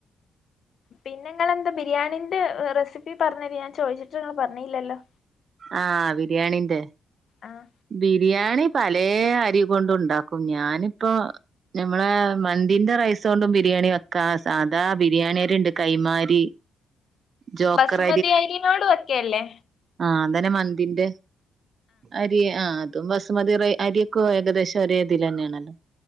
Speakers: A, on the left; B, on the right.
A: പിന്നെ ഇങ്ങളെന്താ ബിരിയാണീന്റെ റെസിപ്പി പറഞ്ഞര്, ഞാൻ ചോദിച്ചിട്ട് ഇങ്ങൾ പറഞ്ഞേല്ലല്ലോ.
B: ആഹ് ബിരിയാണിന്റെ.
A: ആഹ്
B: ബിരിയാണി പലേ അരി കൊണ്ടും ണ്ടാക്കും, ഞാനിപ്പോ ഞമ്മളാ മന്തിന്റെ റൈസ് കൊണ്ടും ബിരിയാണി വെക്കാ, സാധാ ബിരിയാണിരിണ്ട് കൈമാരി ജോക്കർ
A: ബസുമതിയരി ങ്കോണ്ട് വക്കെല്ലേ.
B: ആഹ് അന്നേരം മന്തിന്റെ ആഹ് അതും ബസ്മതി അരിയൊക്കെ ഏകദേശം ഒരേതിലന്നേണല്ലോ.